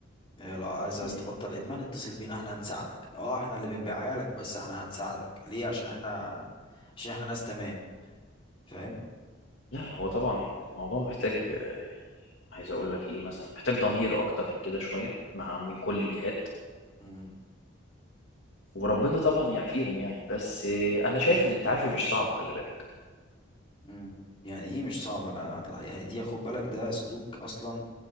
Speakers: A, on the left; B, on the left.
A: إيه، لو عايز عايز
B: مم.
A: تبطل إدمان اتصل بينا احنا هنساعدك اه احنا اللي بنبيعها لك بس احنا هنساعدك ليه عشان احنا عشان احنا ناس تمام فاهم
B: لا هو طبعا الموضوع محتاج آه، عايز اقول لك ايه مثلا محتاج ضمير اكتر من كده شويه مع من كل الجهات
A: امم
B: وربنا طبعا يعافيهم يعني بس آه، انا شايف ان التعافي مش صعب خلي بالك
A: امم يعني ايه مش صعب انا أنا- يعني دي خد بالك ده سلوك اصلا